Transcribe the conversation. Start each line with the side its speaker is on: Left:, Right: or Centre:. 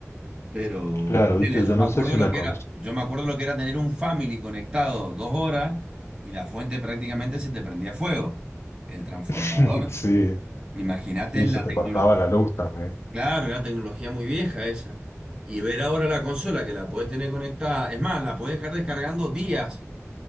Right: Pero
Left: Claro,
Right: ponele,
Left: viste, yo
Right: yo
Left: no
Right: me acuerdo
Left: sé si una
Right: lo que
Left: consola...
Right: era, yo me acuerdo lo que era tener un family conectado dos horas y la fuente prácticamente se te prendía fuego. El transformador.
Left: <laughs> Sí,
Right: Imagínate
Left: sí,
Right: la
Left: se te
Right: tecnología
Left: cortaba la luz también.
Right: Claro, era tecnología muy vieja esa. Y ver ahora la consola que la podés tener conectada, es más, la podés dejar descargando días